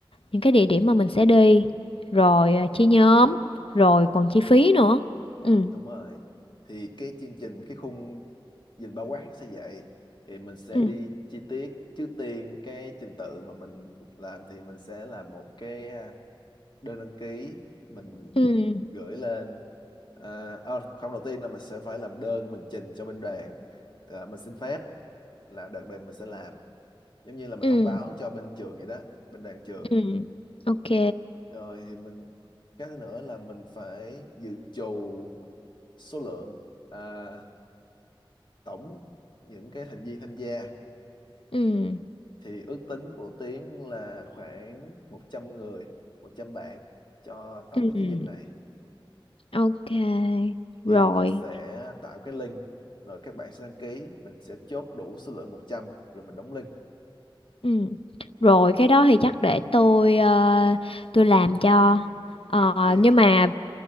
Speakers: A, on the left; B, on the left.
A: những cái địa điểm mà mình sẽ đi, rồi ờ, chia nhóm, rồi còn chi phí nữa. Ừ,
B: đúng rồi. Thì cái chương trình, cái khung nhìn bao quát nó sẽ vậy. Thì mình sẽ
A: ừ,
B: đi chi tiết. Trước tiên cái trình tự mà mình làm thì mình sẽ làm một cái à, đơn đăng ký mình
A: ừ,
B: gửi lên. À, à, không đầu tiên là mình sẽ phải làm đơn mình trình cho bên đoàn. À, mình xin phép là đợt này mình sẽ làm. Giống như là mình
A: ừ,
B: thông báo cho bên trường vậy đó, bên đoàn trường.
A: ừ. Ok.
B: Rồi thì mình cái thứ nữa là mình phải dự trù số lượng. À, tổng những cái thành viên tham gia
A: Ừ,
B: thì ước tính của Tiến là khoảng một trăm người 100 bạn cho tổng
A: ừ.
B: cái chiến dịch này
A: Ok,
B: thì
A: rồi.
B: mình sẽ tạo cái link rồi các bạn sẽ đăng ký mình sẽ chốt đủ số lượng 100 rồi mình đóng link
A: Ừ. Rồi cái đó thì chắc để tôi ờ, tôi làm cho. Ờ,
B: ok
A: nhưng mà